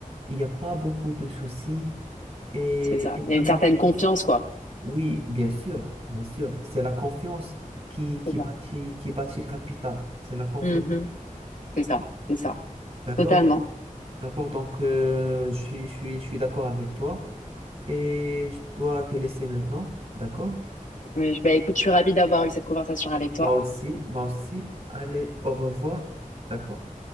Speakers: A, on the right; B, on the left.
A: il n'y a pas beaucoup de soucis et,
B: c'est ça.
A: et
B: Il y a
A: ça
B: une
A: marche.
B: certaine confiance, quoi.
A: Oui, bien sûr, bien sûr. C'est la confiance qui, qui
B: C'est ça.
A: bâtit, qui bâtit le capital. C'est la confiance.
B: Mhm. C'est ça, c'est ça.
A: D'accord?
B: Totalement.
A: D'accord. Donc, euh, je suis, je suis, je suis d'accord avec toi et je dois te laisser maintenant. D'accord?
B: Oui, je- bah, écoute, je suis ravie d'avoir eu cette conversation avec toi.
A: Moi aussi, moi aussi. Allez, au revoir. D'accord?